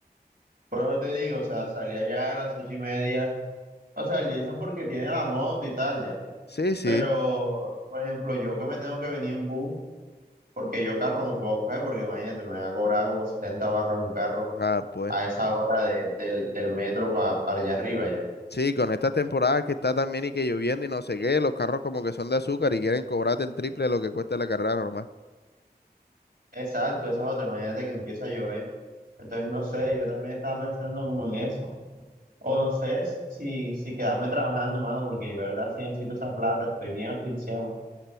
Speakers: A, on the right; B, on the left.
A: Por eso te digo, o sea, salí allá a las ocho y media. O sea, el Jason porque tiene la moto y tal, ya.
B: Sí, sí.
A: Pero, por ejemplo, yo que me tengo que venir en bus, porque yo carro no puedo coger, porque imagínate, me va a cobrar como 70 barras un carro
B: Ah, pues.
A: a esa hora de- del, del metro pa- para allá arriba, ya.
B: Sí, con estas temporadas que está también y que lloviendo y no sé qué, los carros como que son de azúcar y quieren cobrarte el triple de lo que cuesta la carrera normal.
A: Exacto, esa es otra. Imagínate que empieza a llover. Entonces, no sé, yo también estaba pensando como en eso. O no sé si, si quedarme trabajando, mano, porque yo, de verdad, sí necesito esa plata, estoy bien asfixiado.